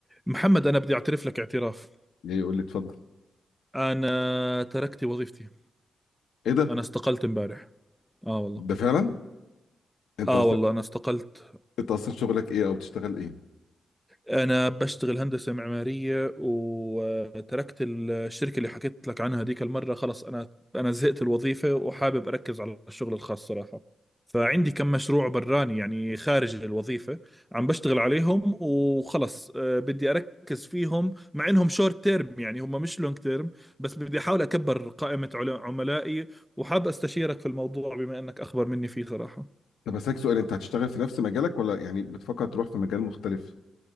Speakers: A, in the centre; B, on the left.
A: محمد انا بدي اعترف لك اعتراف
B: ليه يقول لي اتفضل
A: انا تركت وظيفتي
B: ايه ده
A: انا استقلت امبارح اه والله
B: ده فعلا انت
A: اه
B: اصلا
A: والله انا استقلت
B: انت اصلا شغلك ايه او بتشتغل ايه
A: أنا بشتغل هندسة معمارية وتركت الشركة اللي حكيت لك عنها هذيك المرة خلص أنا أنا زهقت الوظيفة وحابب أركز على الشغل الخاص صراحة فعندي كم مشروع براني يعني خارج الوظيفة عم بشتغل عليهم وخلص آه، بدي أركز فيهم مع إنهم شورت تيرم يعني هم مش لونج تيرم بس بدي أحاول أكبر قائمة عل- عملائي وحاب أستشيرك في الموضوع بما إنك أخبر مني فيه صراحة
B: طب هسألك سؤال انت هتشتغل في نفس مجالك ولا يعني بتفكر تروح في مجال مختلف